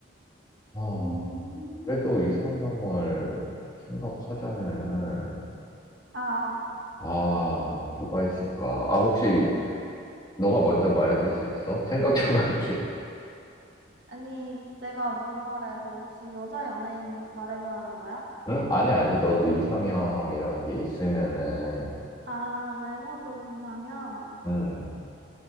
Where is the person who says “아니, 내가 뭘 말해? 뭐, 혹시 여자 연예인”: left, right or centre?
Right